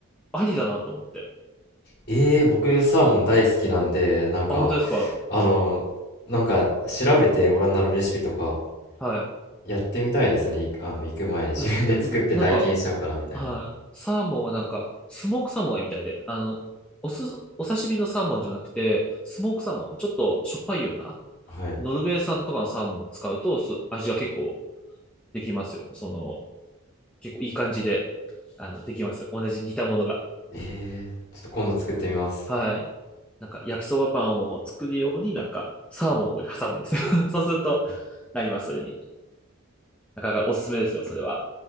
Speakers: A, in the centre; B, on the left.
A: ありだなと思って。
B: ええ僕サーモン大好きなんで、
A: うん
B: なんか、
A: あ、本当ですか
B: あの、なんか調べてオランダのレシピとか
A: はい。
B: やってみたいですね。いあの、行く前に自分で作って体験しようかなみたいな。
A: な、うん、なんか、はい。サーモンはなんか、スモークサーモンがいいみたいで、あの、おす、お刺身のサーモンじゃなくて、スモークサーモン、ちょっとしょっぱいような、
B: はい。
A: ノルウェー産とかのサーモンを使うと、す味が結構できますよ。その、結構いい感じで、あの、できますよ。同じ似たものが。
B: ええちょっと今度作ってみます。
A: はい。なんか焼きそばパンを作るようになんかサーモンをここに挟むんですよ。<laughs> そうするとなります、それに。なかなかおすすめですよ、それは。